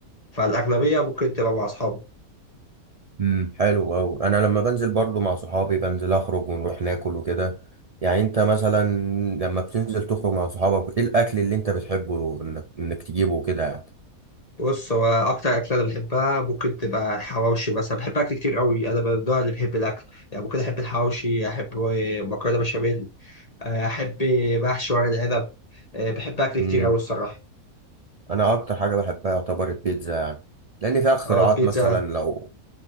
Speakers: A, on the left; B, on the right.
A: فالأغلبية ممكن تبقى مع أصحابي
B: امم حلو أوي أنا لما بنزل برضو مع صحابي بنزل أخرج ونروح ناكل وكده يعني أنت مثلا لما بتنزل تخرج مع صحابك إيه الأكل اللي أنت بتحبه إنك, إنك تجيبه وكده يعني
A: بص هو أكتر أكلة أنا بحبها ممكن تبقى الحواوشي مثلا بحب أكل كتير قوي أنا من النوع اللي بحب الأكل يعني ممكن أحب الحواوشي أحب مكرونة بشاميل آه، أحب محشي ورق العنب أه، بحب أكل
B: امم
A: كتير قوي الصراحة
B: أنا أكتر حاجة بحبها يعتبر البيتزا يعني لأن فيها اختراعات
A: أه البيتزا
B: مثلا لو